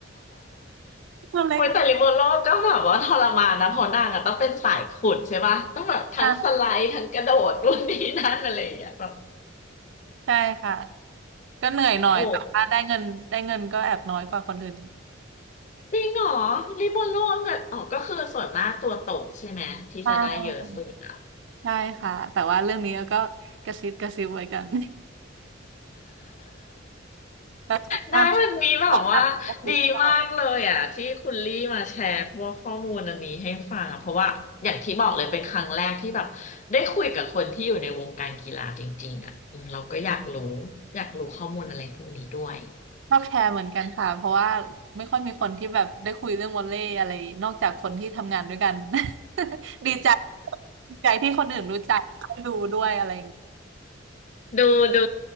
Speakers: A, on the right (about 65°); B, on the left (about 40°).
A: ตัวเล็กม
B: โอ้ยแต่ลิโบโลก็แบบว่าทรมานนะเพราะนางอะต้องเป็นสายขุดใช่ปะต้องแบบทั้งสไลด์ทั้งกระโดดนู่นนี่นั่นอะไรอย่างเงี้ยแบบ
A: ากใช่ค่ะก็เหนื่อยหน่อยแต่ว่าได้เงินได้เงินก็แอบน้อยกว่าคนอื่น
B: โอ้จริงเหรอลิโบโลเนี่ยอ๋อก็คือส่วนมากตัวตกใช่ไหมที่จะได้เยอะสุดอ่ะ
A: ใช่ใช่ค่ะแต่ว่าเรื่องนี้ก็กระซิบกระซิบไว้กัน <laughs> แล้ว <laughs> ขอบค
B: ได้วันนี้แบบว่าดีมากเลยอ่ะที่คุณลี่มาแชร์พวกข้อมูลอันนี้ให้ฟังอ่ะเพราะว่าอย่างที่บอกเลยเป็นครั้งแรกที่แบบได้คุยกับคนที่อยู่ในวงการกีฬาจริงๆอ่ะอืมเราก็อยากรู้
A: ขอบกระซิบตอบ
B: อยากรู้ข้อมูลอะไรพวกนี้ด้วย
A: ชอบแชร์เหมือนกันค่ะเพราะว่าไม่ค่อยมีคนที่แบบได้คุยเรื่องวอลเลย์อะไรนอกจากคนที่ทำงานด้วยกัน <laughs> ดีใจดีใจที่คนอื่นรู้จักได้ดูด้วยอะไร
B: ดูดู